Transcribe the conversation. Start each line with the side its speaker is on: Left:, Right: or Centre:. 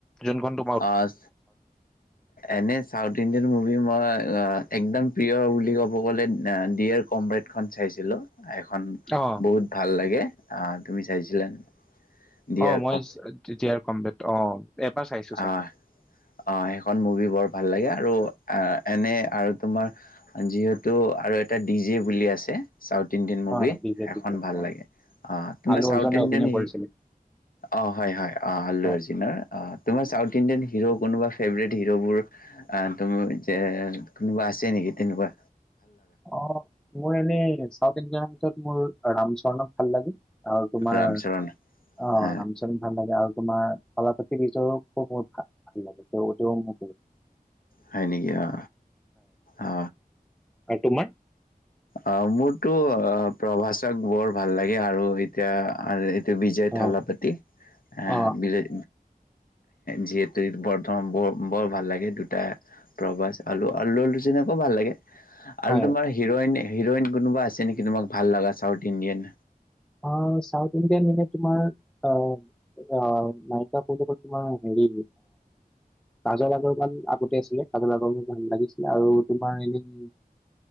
Centre: যোনখন তোক
Left: অহ এনেই চাউথ ইণ্ডিয়ান মুভি মই একদম প্ৰিয় বুলি ক'ব গ'লে ডিয়েৰ কমৰেড খন চাইছিলো এখন
Centre: ইণ্ডিয়ান। অ',
Left: বহুত ভাল লাগে অহ তুমি চাইছিলা ডিয়াৰ
Centre: অ মই তেতিয়াৰ কম বেত অ এবাৰ চাইছো চাগে।
Left: অ অ সেইখন মুভি বৰ ভাল লাগে আৰু অ এনে আৰু তোমাৰ যিহেতু আৰু এটা ডি জে বুলি আছে চাউথ ইণ্ডিয়ান মুভি
Centre: অ', বিজয়
Left: সেখন
Centre: বিজয়
Left: ভাল
Centre: অ',
Left: লাগে অ তোমাৰ
Centre: আলু
Left: চাউথ
Centre: অৰ্জুনে
Left: ইণ্ডিয়ান
Centre: অভিনয় কৰিছিলে
Left: অ হয় হয় অ আল্লু
Centre: হয়।
Left: অৰ্জুনৰ অ চাউথ ইণ্ডিয়ান হিৰো কোনোবা ফেভৰেট হিৰ'বোৰ তুমি যে কোনোবা আছে নেকি তেনেকোৱা
Centre: অ মোৰ এনেই চাউথ ইণ্ডিয়ান ত মোৰ ৰামচৰণক ভাল লাগে আৰু তোমাৰ
Left: ৰামচৰণ
Centre: অ
Left: হ
Centre: ৰামচৰণ ভাল লাগে আৰু তোমাৰ থালাপাতি বিজয়কো বহুত ভাল লাগে ত সিও মোৰ ফেভৰেত
Left: হয় নেকি অ অ
Centre: আৰু তোমাৰ
Left: অ মোৰতো অ প্ৰভাষক বৰ ভাল লাগে আৰু এতিয়া আৰু বিজয়
Centre: অ',
Left: থালাপতি অঁ
Centre: অ',
Left: বিজয় যিহেতু বৰ্ত বৰ বৰ ভাল লাগে দুটা প্ৰভাষ আলু আলু অৰ্জুনকো ভাল লাগে আৰু
Centre: হয়
Left: তোমাৰ হিৰইন হিৰইন কোনোবা আছে নেকি তোমাক ভাল লগা চাউথ ইণ্ডিয়ান
Centre: অহ চাউথ ইণ্ডিয়ান এনে তোমাৰ অহ অহ নায়িকা ভিতৰত তোমাৰ হেৰি কাজল আগৰৱাল আগতে আছিলে কাজল আগৰবাল ভাল লাগিছিলে আৰু তোমাৰ এনেই